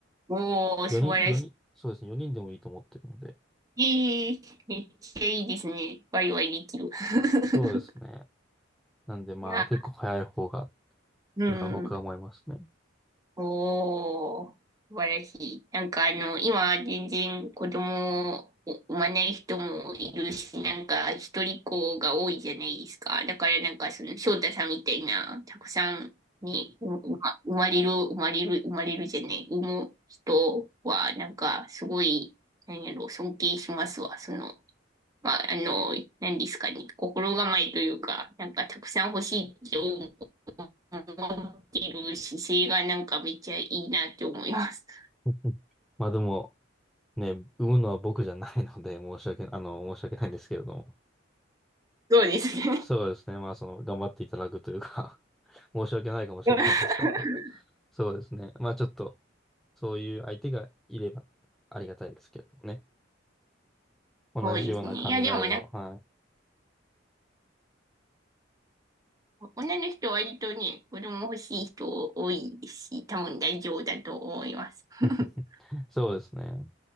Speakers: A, on the right; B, in the centre.
A: おー、
B: 4人、
A: 素晴らしい。
B: 4人、そうですね、4人でもいいと思ってるので、
A: ええめっちゃいいですね。ワイワイできる。<laughs>
B: そうですね。なんでまあ結構早い方が、
A: いや、
B: っ
A: うん。
B: てのは僕は思いますね。
A: おー、素晴らしい。なんかあの、今全然子供を産まない人もいるし、なんか一人っ子が多いじゃないですか。だからなんかその翔太さんみたいな、たくさんね、ううま生まれる、生まれる、生まれるじゃない、産む人はなんかすごい、なんやろ、尊敬しますわ、その。まあ、あの、何ですかね、心構えというか、なんかたくさん欲しいって思ってる姿勢がなんかめっちゃいいなって思います。
B: <laughs> まあでも、ね、産むのは僕じゃないので、申し訳、あの、申し訳ないんですけれども。
A: そうですね。
B: そうですね。まあその、頑張っていただくというか <laughs> 申し訳ないかもしれないですけど。
A: <laughs>
B: そうですね。まあちょっと、そういう相手がいればありがたいですけれどもね。同じような考えを、
A: そうですね。いや、でもなんか、
B: はい。
A: 女の人は割とね、子供欲しい人多いですし、多分大丈夫だと思います。<laughs>
B: <laughs> そうですね。